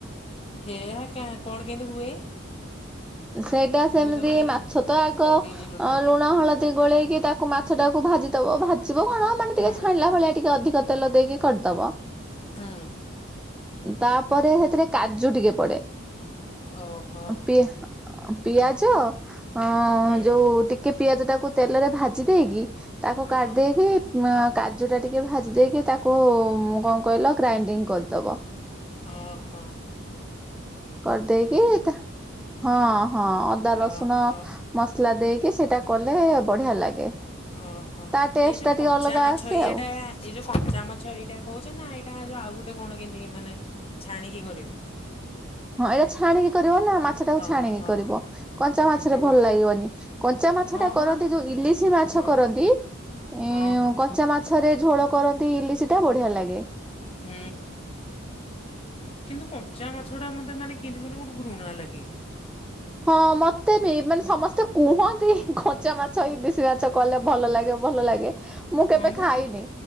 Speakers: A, on the left; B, in the centre.
A: ହେଆ କା କଣ କେମିତି ହୁଏ।
B: ସେଇଟା ସେମିତି
A: ମୁଁ ତ କାହିଁ
B: ମାଛତ ଆଗ
A: କରିନି ଟୋଟାଲି
B: ଲୁଣ ହଳଦୀ ଗୋଳେଇକି ତା ତାକୁ ମାଛ ଟାକୁ ଭାଜିଦବ ଭାଜିବ କଣ ମାନେ
A: ହୁଁ
B: ଟିକେ ଛାଣିଲା ଭଳିଆ ଟିକେ ଅଧିକ ତେଲ ଦେଇକି କରିଦବ।
A: ହୁଁ
B: ତାପରେ ହେଥିରେ କାଜୁ ଟିକେ ପଡେ
A: ଓହୋ
B: ପି ପିଆଜ
A: ହଁ
B: ଅ
A: ହୁଁ
B: ଯୋଉ ଟିକେ ପିଆଜ ଟାକୁ ତେଲରେ ଭାଜି ଦେଇକି। ତାକୁ
A: ହଁ।
B: କାଢି ଦେଇେଇକି କାଜୁ ଟା ଟିକେ ଭାଜି ଦେଇକି ତା କୁ ମୁଁ କଣ କହିଲ ଗ୍ରାଇଣ୍ଡିଙ୍ଗ କରିଦେବ।
A: ଅ ହ।
B: କରିଦେଇକି ହଁ ହଁ ଅଦା ରସୁଣ
A: ଓହୋ
B: ମସଲା ଦେଇକି ସେଇଟା କଲେ ବଢିଆ ଲାଗେ।
A: ଓହୋ
B: ତା ଟେଷ୍ଟ
A: ଏଇ ଯୋଉ
B: ଟା
A: କଞ୍ଚା
B: ଟିକେ ଅଲଗା
A: ମାଛ
B: ଆସେ
A: ଇଏଟା
B: ଆଉ।
A: ଏଇ ଯୋଉ କଞ୍ଚା ମାଛ ଏଇଟା କହୁଚ ନା ଏଇଟା ଯୋଉ ଆଉ ଗୋଟେ କଣ କେମିତି ମାନେ ଛାଣିକି କରିବ।
B: ହଁ ଏଇଟା ଛାଣିକି କରିବ ନା ମାଛ ଟାକୁ
A: ଓହୋ
B: ଛାଣିକି କରିବ କଞ୍ଚା
A: ଉଁ
B: ମାଛରେ
A: ହୁଁ
B: ଭଲ ଲାଗିବନି। କଞ୍ଚା ମାଛଟା
A: ହଁ
B: କରନ୍ତି
A: ପା
B: ଯୋଉ ଇଲିଶି ମାଛ
A: ହଁ
B: କରନ୍ତି ଇଁ
A: ହଁ ହଁ
B: କଞ୍ଚା ମା ମାଛରେ ଝୋଳ କରନ୍ତି ଇଲିଶିଟା ବଢିଆ ଲାଗେ।
A: ହୁଁ। କିନ୍ତୁ କଞ୍ଚା ମାଛଟା ମୋତେ ମାନେ କେମିତି କହିଲ ଗୋଟେ ଘୃଣା ଲାଗେ।
B: ହଁ ମତେ ବି ମାନେ ସମସ୍ତେ କୁହନ୍ତି କଞ୍ଚା ମାଛ ଇଲିଶି ମାଛ କଲେ ଭଲ ଲାଗେ ଭଲ ଲାଗେ। ମୁଁ କେବେ
A: ହଁ ବା
B: ଖାଇନି